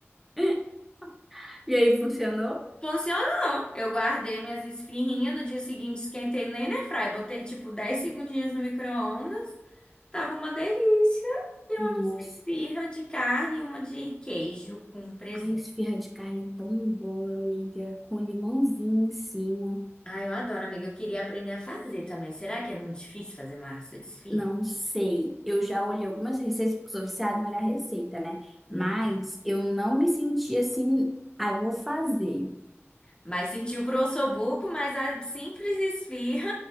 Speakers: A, in the centre; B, on the left.
A: <laughs> E aí, funcionou?
B: Funcionou! Eu guardei minhas esfirrinhas, no dia seguinte esquentei nem na airfryer, botei tipo 10 segundinhos no micro-ondas, tava uma delícia. E eu
A: Nossa,
B: amo essa esfirra de carne e uma de queijo com presunto.
A: a esfirra de carne é tão boa, amiga, com limãozinho em cima.
B: Ah, eu adoro, amiga. Eu queria aprender a fazer também. Será que é muito difícil fazer massa de esfirra?
A: Não sei. Eu já olhei algumas receitas, porque eu sou viciada em olhar receita, né?
B: Hum.
A: Mas eu não me senti assim, ah, eu vou fazer.
B: Mas sentiu pro ossobuco, mas a simples esfirra